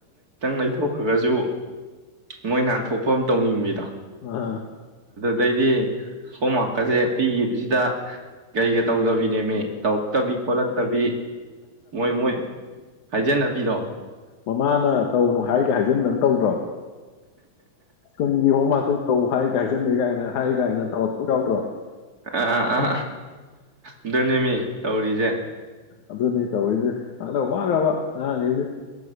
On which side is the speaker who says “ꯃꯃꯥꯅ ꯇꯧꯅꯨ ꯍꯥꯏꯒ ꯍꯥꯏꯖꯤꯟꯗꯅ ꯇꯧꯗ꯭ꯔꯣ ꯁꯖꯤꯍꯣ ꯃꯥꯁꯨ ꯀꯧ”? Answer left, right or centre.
Left